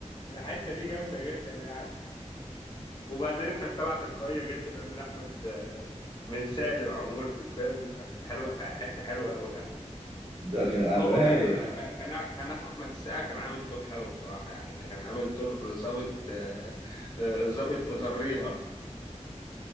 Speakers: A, on the left; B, on the right.
A: الحته دي جامده جدا يعني وبعدين كانت طالعه تلقائيه جدا من احمد آه، من سالم عموما في الفيلم فكانت حلوه حته حلوه قوي يعني
B: ده كان على
A: وهو
B: الرايق
A: كان كان كان اخو احمد السقا كان عامل دور حلو بصراحه يعني كان عامل دور ظابط آه، آه، ظابط مطريها